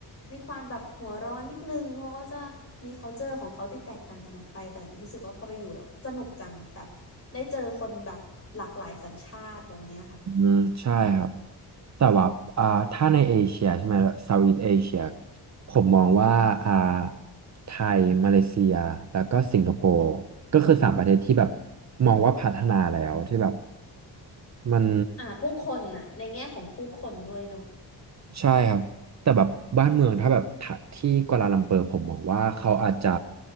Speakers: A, on the left; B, on the right.
A: มีความแบบหัวร้อนนิดนึงเขาก็จะมี culture ของเขาที่แตกต่างกันออกไปแต่รู้สึกว่าพอไปอยู่แล้วสนุกจังแบบได้เจอคนแบบหลากหลายสัญชาติแบบเนี้ยค่ะ
B: อืมใช่ครับ แต่ว่าอ่าถ้าในเอเชียใช่ไหมเซาท์อีสเอเชียผมมองว่าอ่าไทยมาเลเซียแล้วก็สิงคโปร์ก็คือสามประเทศที่แบบมองว่าพัฒนาแล้วที่แบบมัน
A: อ่าผู้คนน่ะในแง่ของผู้คนด้วยเนาะ
B: ใช่ครับแต่แบบบ้านเมืองถ้าแบบถ้าที่กัวลาลัมเปอร์ผมมองว่าเขาอาจจะ